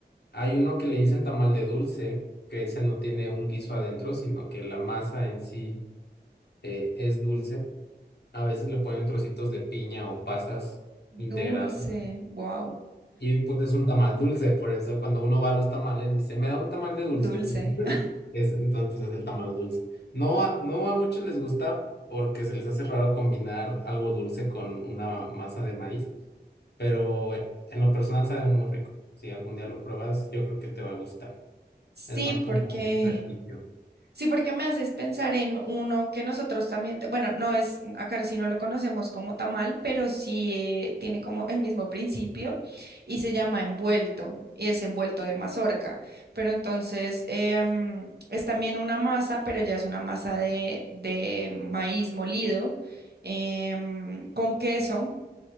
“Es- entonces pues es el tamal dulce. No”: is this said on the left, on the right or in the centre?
Left